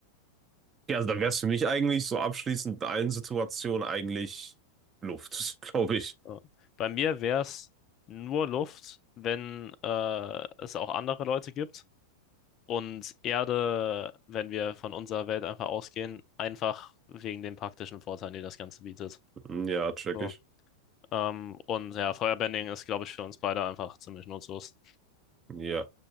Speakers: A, on the right (about 20°); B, on the left (about 30°).
A: Ja, also dann wäre es für mich eigentlich so abschließend in allen Situationen eigentlich Luft, <laughs> glaube ich.
B: So. Bei mir wäre es nur Luft, wenn äh, es auch andere Leute gibt. Und Erde, wenn wir von unserer Welt einfach ausgehen, einfach wegen den praktischen Vorteilen, die das Ganze bietet.
A: Hm, Ja, check
B: So.
A: ich.
B: Ähm, und ja, Feuerbending ist, glaube ich, für uns beide einfach ziemlich nutzlos.
A: Ja.